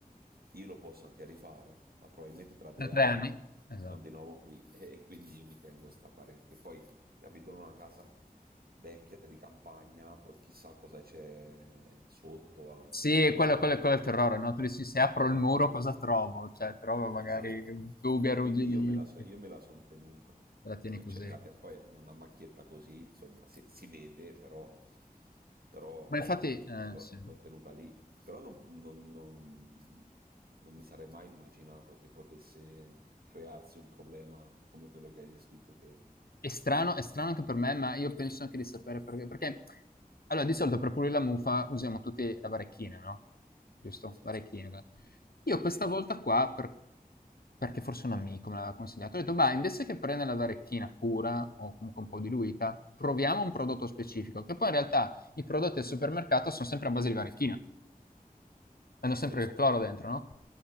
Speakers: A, on the right (about 80°); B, on the left (about 80°).
A: io lo posso anche rifare, ma probabilmente tra due
B: Tra tre
A: anni
B: anni? Esatto.
A: siamo di nuovo qui <laughs> e, e quindi io mi tengo sta parete, che poi abito in una casa vecchia di campagna, poi chissà cosa c'è sotto anche.
B: Sì, quello, quello- quello è il terrore, no? Tu dici, se apro il muro
A: Eh,
B: cosa trovo? Cioè, trovo magari
A: esatto.
B: tubi
A: E
B: arrugginiti,
A: quindi io me la, so-
B: te
A: io me la sono tenuta.
B: la tieni così.
A: Cioè, me la te- poi una macchietta così, insomma, si, si vede, però però
B: Ma infatti, eh,
A: l'ho,
B: sì.
A: l'ho tenuta lì. Però non, non- non- non mi sarei mai immaginato che potesse crearsi un problema come quello che hai descritto te.
B: È strano, è strano anche per me, ma io penso anche di sapere perché. Perché, allora, di solito per pulire la muffa usiamo tutti la varecchina, no? Giusto?
A: Sì,
B: Varecchina. Io
A: sì,
B: questa
A: sì,
B: volta qua, per- perché forse un amico me l'aveva consigliato, ho detto, ma invece che prendere la varecchina pura o comunque un po' diluita, proviamo un prodotto specifico, che poi in realtà i prodotti al supermercato sono sempre a base di varecchina. Hanno sempre
A: sì. e
B: il cloro dentro, no?